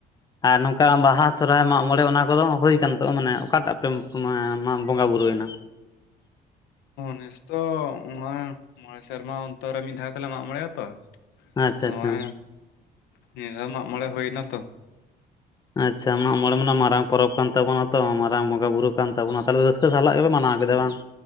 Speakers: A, on the left; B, on the left.
A: ᱟᱨ ᱱᱚᱝᱠᱟ ᱵᱟᱦᱟ ᱥᱚᱨᱦᱟᱭ ᱢᱟᱜ ᱢᱚᱬᱮ ᱚᱱᱟ ᱠᱚᱫᱚ ᱦᱩᱭ ᱟᱠᱟᱱ ᱛᱚ ᱢᱟᱱᱮ ᱚᱠᱟᱴᱟᱜ ᱯᱮ, ᱢᱟ ᱢᱟᱢ ᱵᱚᱸᱜᱟ ᱵᱩᱨᱩᱭᱮᱱᱟ,
B: ᱱᱮᱥ ᱛᱚ ᱱᱚᱜ-ᱚᱭ ᱢᱚᱬᱮ ᱥᱮᱨᱢᱟ ᱚᱱᱛᱚᱨ ᱨᱮ ᱢᱤᱫ ᱫᱷᱟᱣ ᱛᱮᱞᱮ ᱢᱟᱜ ᱢᱚᱬᱮᱜ-ᱟ ᱛᱚ,
A: ᱟᱪᱪᱷᱟ
B: ᱱᱚᱜᱚᱭ
A: ᱟᱪᱪᱷᱟ
B: ᱱᱤᱭᱟᱹ ᱫᱷᱟᱣ ᱢᱟᱜ ᱢᱚᱬᱮ ᱦᱩᱭ ᱮᱱᱟᱛᱚ
A: ᱟᱪᱪᱷᱟ ᱢᱟᱜ ᱢᱚᱬᱮ ᱢᱟ ᱢᱟᱨᱟᱝ ᱯᱚᱨᱚᱵᱽ ᱠᱟᱱ ᱛᱟᱵᱚᱱᱟ ᱛᱚ ᱢᱟᱨᱟᱝ ᱵᱚᱸᱜᱟ ᱵᱩᱨᱩ ᱠᱟᱱ ᱛᱟᱵᱚᱱᱟ ᱛᱟᱦᱚᱞᱮ ᱨᱟᱹᱥᱠᱟᱹ ᱥᱟᱞᱟᱜ ᱜᱮᱯᱮ ᱢᱟᱱᱟᱣ ᱠᱮᱫᱟ ᱵᱟᱝ